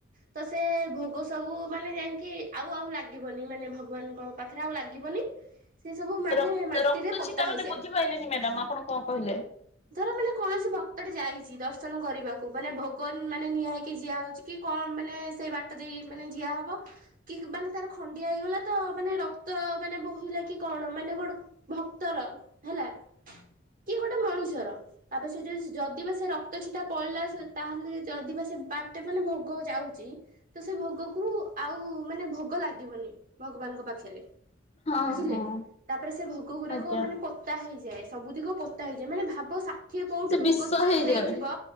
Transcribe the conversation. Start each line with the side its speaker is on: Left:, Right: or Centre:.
Right: ତ, ସେ ଭୋଗ ସବୁ ମାନେ ଯାଇକି ଆଉ ଆଉ ଲାଗିବନି, ମାନେ ଭଗବାନଙ୍କ ପାଖରେ ଆଉ ଲାଗିବନି। ସେ ସବୁ ମାନେ
Left: ର
Right: ମାଟିରେ
Left: ରକ୍ତ
Right: ପୋତା
Left: ଛିଟା
Right: ହେଇଯାଏ,
Left: ମାନେ ବୁଝିପାଇଲେନି ମ୍ୟାଡାମ ଆପଣ କଣ କହିଲେ।
Right: ଧର ମାନେ କୌଣସି ଭକ୍ତଟେ ଯାଇଛି ଦର୍ଶନ କରିବାକୁ, ମାନେ ଭଗବାନ, ମାନେ ନିଆହା ହେଇକି ଯିଆ ହଉଛି। କି କଁ ମାନେ ସେଇ ବାଟ ଦେଇ ମାନେ ଜିଆ ହବ କି ମାନେ ତାର ଖଣ୍ଡିଆ ହେଇଗଲା ତ, ମାନେ ରକ୍ ଭକ୍ତ ମାନେ ବୋହିଲା କି କଣ? ମାନେ ଗୋଟେ ଭକ୍ତର ହେଲା କିଏ ଗୋଟେ ମଣିଷର ତାପରେ ସେ ଯଉ ଯଦି ବା ସେ ରକ୍ତ ଛିଟା ପଡିଲା, ତାହେଲେ ଯଦି ବା ସେ ବାଟେ ମାନେ ଭୋଗ ଯାଉଛି ତ ସେ ଭୋଗ କୁ ଆଉ ମାନେ ଭୋଗ ଲାଗିବନି। ଭଗବାନଙ୍କ ପାଖରେ
Left: ହଁ
Right: ବୁଝିଲେ,
Left: ହଁ
Right: ତାପରେ ସେ ଭୋଗଗୁରାକ
Left: ଆଜ୍ଞା
Right: ମାନେ ପୋତା ହେଇଯିବ ଏ ସବୁତିକ ପୋତା ହେଇ ଯେମାନେ ଭାବ ଷାଠିଏ ପୋଉଠି
Left: ସେ
Right: ଭୋଗ
Left: ବିଷ
Right: ଯୋଉ
Left: ହେଇଯାଏ
Right: ହେଇଥିବ